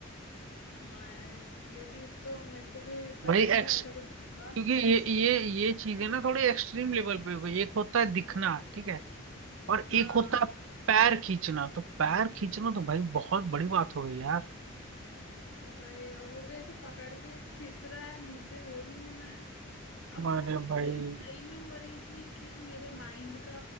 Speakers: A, on the left; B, on the right.
A: हाँ यार ये चीज तो मेरे को भी पता
B: भाई
A: नहीं
B: एक्स
A: था ऐसा कुछ होगा
B: क्योंकि ये ये ये चीजें ना थोड़ी एक्सट्रीम लेवल पे हो गई एक होता है दिखना ठीक है और
A: हाँ
B: एक होता है पैर खींचना तो पैर खींचना तो भाई बहुत बड़ी बात हो गई यार
A: वही और वो भी ऐसे पकड़ के खींच रहा है नीचे हो रही हूं मैं अब वो
B: अरे भाई
A: चीज सही में हो रही थी कि मेरे माइंड का